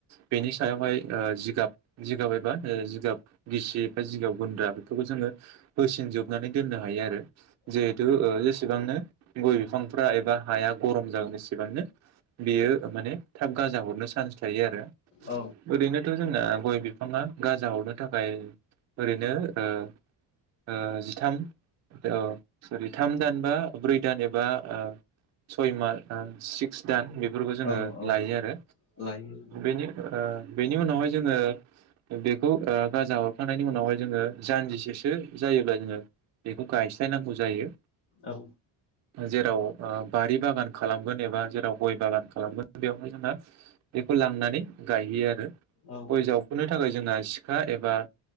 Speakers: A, on the right (about 40°); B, on the left (about 35°).
A: बेनि सायावहाय ओ जिगाब जिगाब एबा जिगाब गिसि एबा जिगाब गुन्द्रा बेखौबो जोङो होसिनजोबनानै दोननो हायो आरो। जिहेथु ओ जेसेबांनो गय बिफांफ्रा एबा हाया गरम जागोन एसेबांनो बेयो माने थाब गाजा हरनो चान्स थायो आरो।
B: औ
A: ओरैनोथ' जोंना गय बिफाङा गाजा हरनो थाखाय ओरैनो ओ ओ जिथाम औ सिरि थाम दान बा ब्रै दान एबा ओ सय मास सिक्स दान बि फोरखौ जोङो
B: औ औ
A: लायो आरो
B: लायो
A: बेनि ओ बेनि उनावहाय जोङो बेखौ ओ गाजा हरखांनायनि उनावहाय जोङो जान्जिसेसो जायोब्ला जोङो बेखौ गायस्लायनांगौ जायो।
B: औ।
A: जेराव ओ बारि बागान खालामगोन एबा जेराव गय बागान खालामगोन बेवहाय जोङो बेखौ लांनानै गायहैयो आरो।
B: औ
A: गय जावखुनो थाखाय जोंहा सिखा एबा